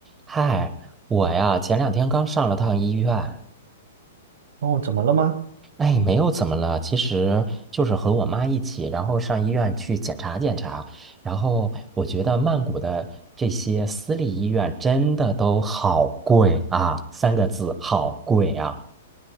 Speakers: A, on the right; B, on the right.
A: 嗨，我呀，前两天刚上了趟医院，
B: 哦，怎么了吗？
A: 哎，没有怎么了，其实就是和我妈一起，然后上医院去检查检查，然后我觉得曼谷的这些私立医院真的都好贵啊，三个字，好贵啊。